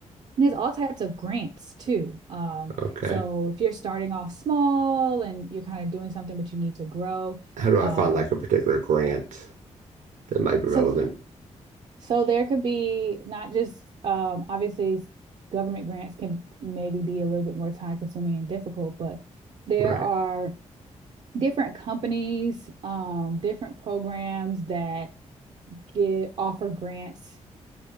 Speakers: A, on the right; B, on the right.
A: there's all types of grants too. Um,
B: Okay.
A: so if you're starting off small and you're kind of doing something but you need to grow,
B: How do I
A: um,
B: find like a particular grant that might be
A: so
B: relevant?
A: so there could be not just um, obviously government grants can maybe be a little bit more time consuming and difficult, but there
B: Right.
A: are different companies, um, different programs that get offer grants.